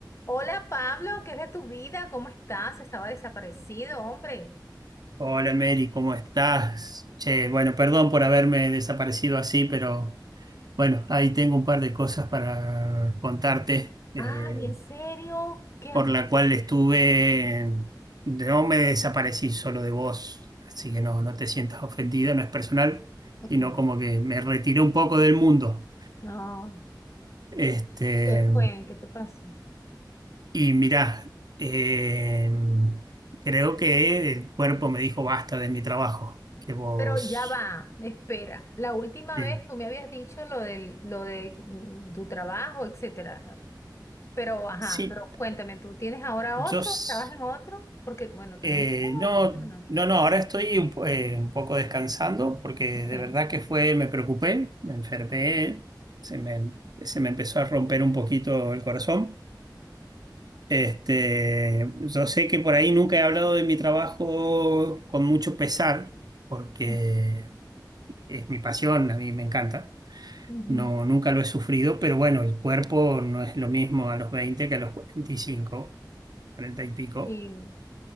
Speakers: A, on the left (about 35°); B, on the right (about 60°).
A: Hola Pablo, ¿qué es de tu vida? ¿Cómo estás? Estaba desaparecido, hombre.
B: Hola Mary, ¿cómo estás? Che, bueno, perdón por haberme desaparecido así, pero bueno, ahí tengo un par de cosas para contarte, eh,
A: Ay, ¿en serio? ¿Qué hay?
B: por la cual estuve, no me desaparecí solo de vos, así que no, no te sientas ofendida, no es personal,
A: Ok,
B: sino como que me retiré un poco del mundo.
A: no.
B: Este,
A: ¿Qué fue? ¿Qué te pasa?
B: y mirá, eh, creo que el cuerpo me dijo basta de mi trabajo, que vos...
A: Pero ya va, espera. La última
B: Sí.
A: vez tú me habías dicho lo del, lo de mm, tu trabajo, etcétera. Pero, ajá,
B: Sí,
A: pero cuéntame, ¿tú tienes ahora
B: yo
A: otro?
B: s-
A: ¿Estabas en otro? Porque, bueno, tenemos.
B: eh,
A: No,
B: no,
A: ¿por qué no? hablamos.
B: no, no, ahora estoy un, po- eh, un poco descansando porque
A: Ok.
B: de verdad que fue, me preocupé, me enfermé, se me, se me empezó a romper un poquito el corazón. Este, yo sé que por ahí nunca he hablado de mi trabajo con mucho pesar porque
A: <laughs>
B: es mi pasión, a mí me encanta.
A: Ujú.
B: No, nunca lo he sufrido, pero bueno, el cuerpo no es lo mismo a los 20 que a los 45, 40 y pico.
A: Sí.